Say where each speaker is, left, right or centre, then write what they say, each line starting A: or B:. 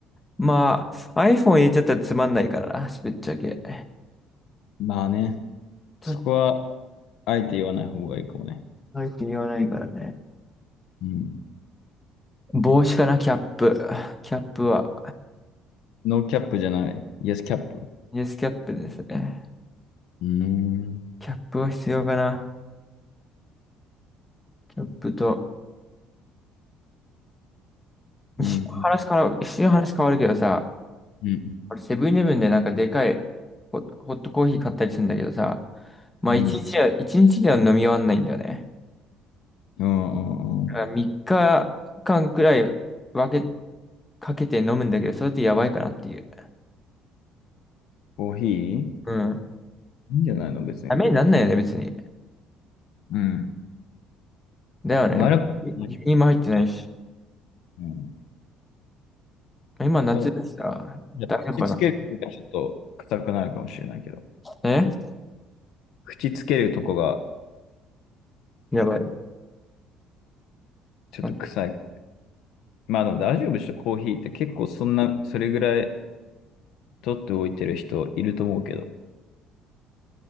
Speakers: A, on the left (about 15°); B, on the left (about 75°).
A: まあ、iPhone 入れちゃったらつまんないからな、ぶっちゃけ。
B: まあね、
A: ちょっと、
B: そこは、あえて言わない方がいいかもね。
A: 入って言わないからね。
B: うん。
A: 帽子かな、キャップ。キャップは。
B: ノーキャップじゃない。イエスキャップ。う
A: イエスキャップですね。
B: ーん。
A: キャップは必要かな。キャップと。一瞬話変わる、
B: うん。うん。
A: 一瞬話変わるけどさ、
B: うん。
A: 俺セブンイレブンでなんかでかいホ、ホットコーヒー買ったりするんだけどさ、まあ一日は、
B: うん。
A: 一日では飲み終わんないんだよね。
B: うん
A: だから3日間くらい分け、かけて飲むんだけど、それってやばいかなっていう。
B: コーヒーい
A: うん。
B: いんじゃないの、別に。
A: ダメになんないよね、別に。
B: うん。
A: だよね。
B: 悪くない。
A: 輸入も入ってないし。
B: うん。
A: 今夏でした。
B: ただ、じゃあ口つけるとこがちょっと臭くなるかもしれないけど。
A: 大丈夫かなえ
B: 口つけるとこが
A: やばい。
B: ちょっと臭い。
A: うん
B: まあでも大丈夫でしょ、コーヒーって結構そんな、それぐらい取っておいてる人いると思うけど。